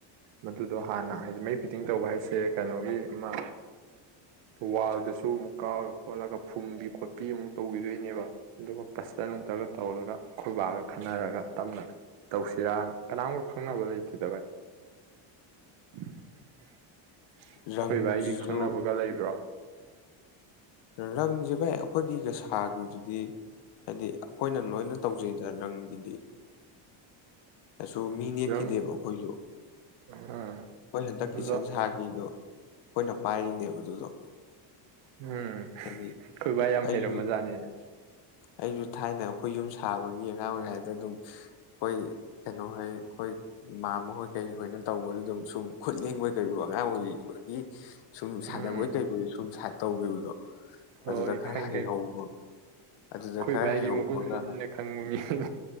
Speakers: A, on the right (about 65°); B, on the left (about 60°).
A: ꯃꯗꯨꯗꯣ ꯍꯥꯟꯅ ꯍꯥꯏꯗꯤ ꯃꯩ ꯐꯤꯠꯇꯤꯡ ꯇꯧꯕ ꯍꯥꯏꯁꯤꯦ ꯁꯦ ꯀꯩꯅꯣꯒꯤ ꯑꯃ ꯋꯥꯜꯗꯁꯨ ꯑꯃꯨꯛ ꯀꯛꯒ ꯈꯣꯠꯂꯒ ꯐꯨꯝꯕꯤ ꯈꯣꯠꯄꯤ ꯑꯃꯨꯛ ꯇꯧꯕꯤꯗꯣꯏꯅꯤ ꯑꯗꯨꯒ ꯄꯁꯇ ꯅꯨꯡꯇꯒ ꯇꯧꯔꯒ ꯑꯩꯈꯣꯏꯕꯥꯒ ꯈꯟꯅꯔꯒ ꯇꯞꯅ ꯇꯧꯁꯤꯔꯥꯅ ꯀꯅꯥꯝꯕ ꯈꯪꯅꯕ ꯂꯩꯇꯦꯗ ꯚꯏ ꯑꯩꯈꯣꯏ
B: ꯔꯪꯁꯤꯁꯨ
A: ꯚ ꯑꯩꯒꯤ ꯈꯪꯅꯕꯒ ꯂꯩꯕ꯭ꯔꯣ
B: ꯔꯪꯁꯦ ꯚꯥꯏ ꯑꯩꯈꯣꯏꯒꯤ ꯒꯁꯥꯒꯤꯗꯨꯗꯤ ꯍꯥꯏꯗꯤ ꯑꯩꯈꯣꯏꯅ ꯂꯣꯏꯅ ꯇꯧꯖꯩꯗ ꯔꯪꯒꯤꯗꯤ ꯀꯁꯨ ꯃꯤ ꯅꯦꯛꯈꯤꯗꯦꯕ
A: ꯅꯪ
B: ꯑꯩꯈꯣꯏꯁꯨ ꯑꯩꯣꯏ
A: ꯑꯥ
B: ꯍꯟꯗꯛꯀꯤꯆꯟ
A: ꯑꯗꯣ
B: ꯁꯥꯈꯤꯗꯣ ꯑꯩꯈꯣꯏꯅ ꯄꯥꯏꯔꯤꯅꯦꯕ ꯑꯗꯨꯗꯣ
A: ꯎꯝ
B: ꯍꯥꯏꯗꯤ
A: ꯈꯣꯏꯕꯥ ꯌꯥꯝ
B: ꯑꯩꯁꯨ
A: ꯐꯩꯔꯃ ꯖꯥꯠꯅꯤꯅ
B: ꯑꯩꯁꯨ ꯊꯥꯏꯅ ꯑꯩꯈꯣꯏ ꯌꯨꯝ ꯁꯥꯕꯒꯤ ꯑꯉꯥꯡ ꯑꯣꯏꯔꯤꯉꯩꯗ ꯑꯗꯨꯝ ꯑꯩꯣꯏ ꯀꯩꯅꯣ ꯍꯣꯏ ꯑꯩꯈꯣꯏ ꯏꯃꯃꯍꯣꯏ ꯀꯔꯤ ꯍꯣꯏꯅ ꯇꯧꯕꯗ ꯑꯗꯨꯝ ꯁꯨꯝ ꯈꯨꯠ ꯂꯕꯣꯏ ꯀꯔꯤꯕ ꯑꯉꯥꯡ ꯑꯣꯏꯔꯤꯕꯒꯤ ꯁꯨꯝ ꯁꯥꯟꯅꯕꯣꯏ
A: ꯎꯝ
B: ꯀꯩꯣꯏ ꯁꯨꯝ ꯇꯧꯈꯤꯕꯗꯣ
A: ꯍꯣꯏ
B: ꯑꯗꯨꯗ ꯈꯔ
A: ꯈꯪ
B: ꯍꯩꯍꯧꯕ
A: ꯈꯥꯏ ꯑꯩꯈꯣꯏ
B: ꯑꯗꯨꯗ ꯈꯔ
A: ꯚꯥꯏꯒꯤ
B: ꯍꯩꯍꯧꯕꯒ
A: ꯃꯒꯨꯟ ꯃꯨꯟꯅ ꯈꯪꯕꯅꯤ ꯍ